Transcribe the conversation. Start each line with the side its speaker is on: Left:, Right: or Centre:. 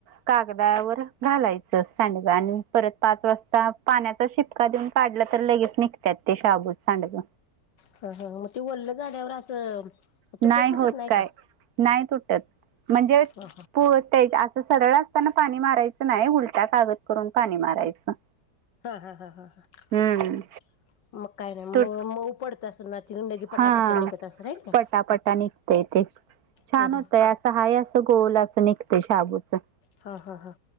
Right: कागदावर घालायचं सांडग आणि परत पाच वाजता पाण्याचा शिपका देऊन काढला तर लगेच निघतात ते शाबूज सांडग.
Left: हा हा मग ते वरलं झाल्यावर असं.
Right: नाही
Left: तुटत बिटत
Right: होत काय
Left: का
Right: नाही तुटत म्हणजे
Left: हां
Right: पोळतय. सरळ असताना पाणी मारायचं नाही उलट्या कागद करून पाणी मारायचं.
Left: <unintelligible> काय
Right: हम्म
Left: नाही मग
Right: तू
Left: मऊ पडत असेल ना तरंदगी पटापट्टा
Right: हा
Left: निघत असेल आहे ना.
Right: पटापटा निघतय ते छान
Left: हां
Right: होतय
Left: हां
Right: असं हाय असं गोल असं निघत शाबूच
Left: हा हा हा.